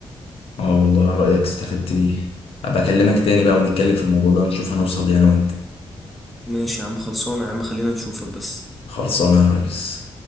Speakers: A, on the left; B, in the centre.
A: اه والله رأيك استفدت بيه هبقى اكلمك تاني بقى ونتكلم في الموضوع ده ونشوف هنوصل ليه انا وانت
B: ماشي يا عم خلصانه يا عم خلينا نشوفك بس
A: خلصانه يا ريس